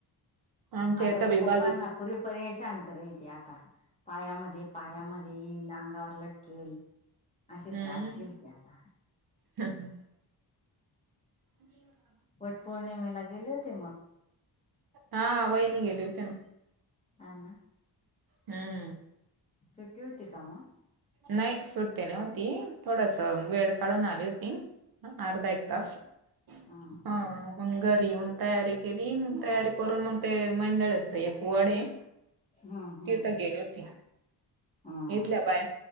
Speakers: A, on the right; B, on the left.
A: आमच्या
B: आता
A: इथं
B: तर
A: बी
B: पप्पांना
A: बाजू
B: पुरी परेशान करेल ती आता. पायामध्ये पायामध्ये येईल अंगावर लटकेल अशी
A: हम्म
B: त्रास देईल ती आता.
A: <inaudible> ह <unintelligible>
B: वट पौर्णिमेला गेले होते मग.
A: हा वहिनी गेली होती ना.
B: हा ना.
A: हम्म.
B: सुट्टी होती का मग?
A: नाही सुट्टी नव्हती, थोडस वेळ काढून आली होती. अर्धा एक
B: हा
A: तास
B: हम्म
A: हा
B: हम्म
A: मंग घरी येऊन तयारी देईन मग तयारी करून मग ते मैंदळच एक वड आहे.
B: हम्म हम्म
A: ते त गेली होती
B: हम्म
A: इथलं काय?